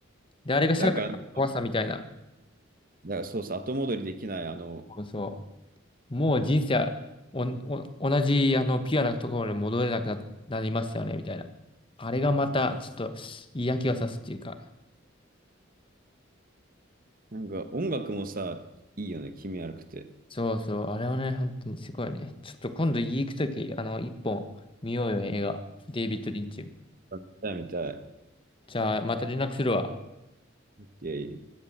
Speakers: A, on the left; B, on the right.
A: で、あれが社会の怖さみたいな。
B: だから、だからそうさ、後戻りできない、あの、
A: そうそう。もう人生はおお同じあのピュアなところに戻れなくな、なりましたよね、みたいな。あれがまたちょっと嫌気がさすっていうか。
B: なんか音楽もさ、いいよね、気味悪くて。
A: そうそう。あれはね、本当にすごいね。ちょっと今度家行くとき、あの、一本見ようよ、映画。デイビッド・リンチ。
B: 見たい見たい。
A: じゃあ、また連絡するわ。
B: イェイ